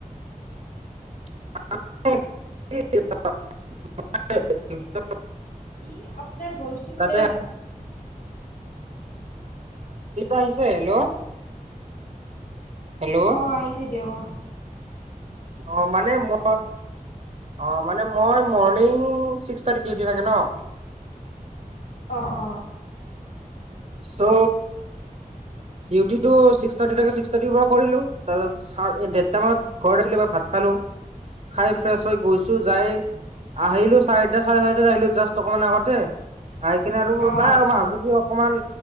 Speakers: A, on the right; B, on the left.
A: <unintelligible>
B: কি? আপোনাৰ ভইচটো ক্লিয়াৰ
A: তাতে
B: অহা নাই।
A: আহিছে হেল্ল'? হেল্ল'
B: অ'হ আহিছে দিয়ক। অ'হ!
A: অ', মানে মই অ', মানে মই মৰ্ণিং ছিক্স থাৰ্টিত ডিউটি লাগে ন'।
B: অ', অ'।
A: চ' ডিউটিতো ছিক্স থাৰ্টিতে থাকে ছিক্স থাৰ্টিৰ পৰা কৰিলোঁ, তাছত এই দেৰটা মানত ঘৰত আহিলে বা ভাত খালোঁ, খাই ফ্ৰেছ হৈ গৈছোঁ যায় আহিলোঁ, চাৰিটা চাৰে চাৰিটাত আহিলোঁ, জাষ্ট অকমান আগতে। আহি কিনে আৰু
B: অ',
A: বা <unintelligible>
B: আচ্ছা
A: অকমান